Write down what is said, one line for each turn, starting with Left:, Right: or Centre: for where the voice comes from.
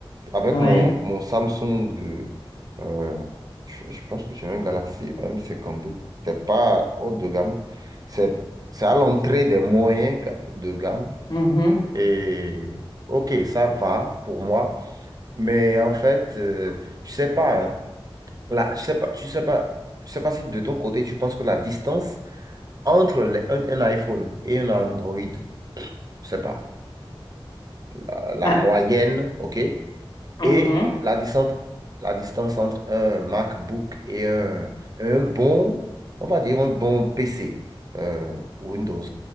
Right: Avec
Left: ouais.
Right: mon, mon Samsung, euh, euh, je, je pense que j'ai un Galaxy M52. C'est pas haut de gamme. C'est, c'est à l'entrée des moyens ga- de gamme.
Left: Mhm.
Right: Et OK, ça va pour moi. Mais en fait, euh, je sais pas, hein. Là, je sais pas, tu sais pas, je sais pas si de ton côté, tu penses que la distance entre les- un, un iPhone et un Android, je sais pas, euh, la
Left: Bah,
Right: moyenne, OK?
Left: mhm.
Right: Et la distance, la distance entre un MacBook et un, un bon, on va dire un bon PC euh, Windows.